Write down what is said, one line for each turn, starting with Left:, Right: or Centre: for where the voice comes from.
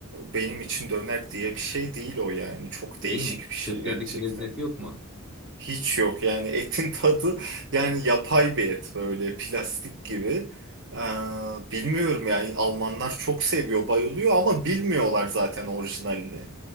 Right: benim için döner diye bir şey değil o yani. Çok
Centre: Değil
Right: değişik
Centre: mi?
Right: bir şey
Centre: Türkiye'deki
Right: gerçekten.
Centre: lezzet yok mu?
Right: Hiç yok yani etin tadı <laughs> yani yapay bir et böyle plastik gibi. Ee, bilmiyorum yani Almanlar çok seviyor bayılıyor ama bilmiyorlar zaten orijinalini.